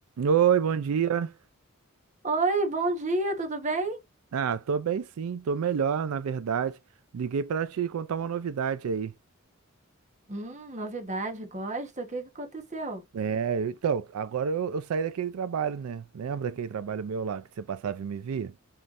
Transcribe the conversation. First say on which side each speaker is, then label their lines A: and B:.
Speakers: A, on the right (about 85°); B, on the right (about 35°).
A: Oi, bom dia.
B: Oi, bom dia, tudo bem?
A: Ah, tô bem sim, tô melhor, na verdade. Liguei pra te contar uma novidade aí.
B: Hum, novidade, gosto. O que que aconteceu?
A: É, então, agora eu, eu saí daquele trabalho, né? Lembra aquele trabalho meu lá que você passava e me via?